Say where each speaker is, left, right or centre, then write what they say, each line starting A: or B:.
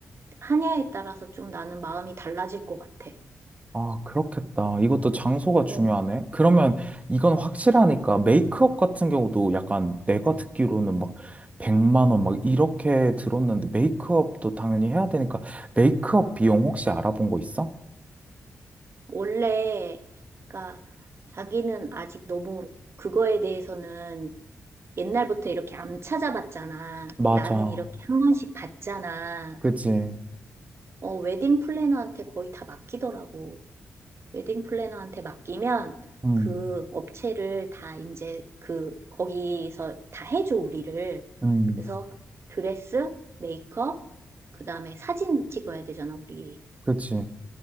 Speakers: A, on the right (about 50°); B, on the right (about 25°).
A: 하냐에 따라서 좀 나는 마음이 달라질 것 같아.
B: 아, 그렇겠다. 이것도 장소가 중요하네.
A: 어,
B: 그러면 이건 확실하니까 메이크업 같은 경우도 약간 내가 듣기로는 막 100만 원 막 이렇게 들었는데 메이크업도 당연히 해야 되니까 메이크업 비용 혹시 알아본 거 있어?
A: 원래, 그러니까 자기는 아직 너무 그거에 대해서는 옛날부터 이렇게 안 찾아봤잖아.
B: 맞아.
A: 나는 이렇게 한 번씩 봤잖아.
B: 그치.
A: 어, 웨딩 플래너한테 거의 다 맡기더라고. 웨딩 플래너한테 맡기면
B: 음,
A: 그 업체를 다 이제 그, 거기서 다 해줘, 우리를.
B: 음,
A: 그래서 드레스, 메이크업, 그 다음에 사진 찍어야 되잖아, 우리.
B: 그치.